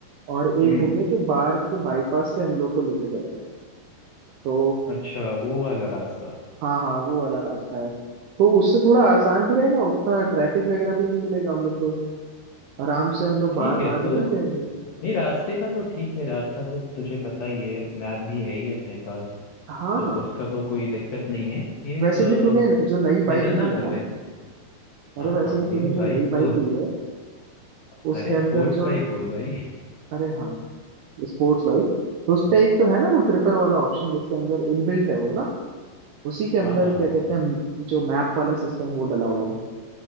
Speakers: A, on the right; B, on the left.
A: और एक
B: हम्म
A: हो गया जो बाहर के बाईपास से हम लोग को लेके जाएगा तो
B: अच्छा वो वाला रास्ता
A: हाँ हाँ वो वाला रास्ता है तो उससे थोड़ा आसान भी रहेगा उतना ट्रैफिक वगैरह भी नहीं मिलेगा हम लोग को आराम से हम लोग
B: ठीक
A: बाहर
B: है
A: बाहर निकल
B: तो
A: जाएंगे
B: नहीं रास्ते का तो ठीक है रास्ता तो तुझे पता ही है मैप भी है ही अपने पास
A: हाँ
B: तो
A: हाँ
B: उसका तो कोई दिक्कत नहीं है ये
A: वैसे
B: अ,
A: भी तूने जो नई
B: निकलना
A: बाइक ली है
B: कब
A: ना
B: है
A: अरे
B: हाँ
A: वैसे
B: हाँ
A: भी
B: मेरी
A: तूने जो
B: बाइक
A: नई
B: तो
A: बाइक ली है
B: <laughs>
A: उसके
B: अरे
A: अंदर
B: स्पोर्ट्स
A: जो
B: बाइक बोल भाई
A: अरे हाँ स्पोर्ट्स बाइक तो उस
B: हाँ
A: पे एक तो है ना वो ट्रिपर वाला ऑप्शन जिसके अंदर इनबिल्ट है वो ना उसी के अंदर
B: हाँ हाँ
A: क्या
B: हाँ
A: कहते
B: हाँ
A: हैं जो मैप वाला सिस्टम वो डला हुआ है